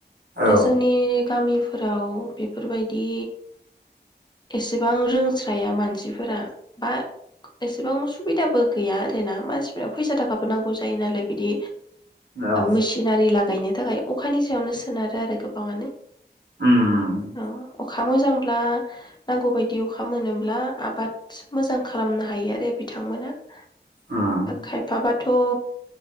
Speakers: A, on the left; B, on the right.
A: दा
B: औ
A: जोंनि गामि फोराव बेफोरबायदि एसेबां रोंस्राया मानसिफोरा बा एसेबां सुबिदाबो गैया आरो ना मानसिफोरनो फैसा थाखाबो नांगौ जायो नालाय बिदि
B: औ
A: मेसिनारि ला गायनो थाखाय अखानि जायावनो सोनारो आरो गोबांङानो।
B: उम
A: अ अखा दा मोजांब्ला नांगौ बायदि अखा मोनोब्ला आबाद मोजां खालामनो हायो आरो बिथांमोना। ओ
B: उम
A: खायफाबाथ' ओ